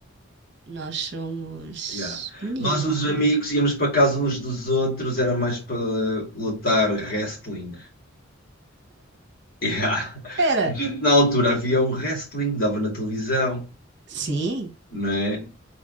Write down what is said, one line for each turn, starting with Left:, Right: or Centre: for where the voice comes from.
Right: Nós somos
Left: Ya.
Right: meninas,
Left: Nós, os
Right: não
Left: amigos,
Right: é?
Left: íamos para casa uns dos outros, era mais para lutar wrestling. <laughs> Ya.
Right: Era.
Left: A gente, na altura havia o wrestling, dava na televisão,
Right: Sim.
Left: não é?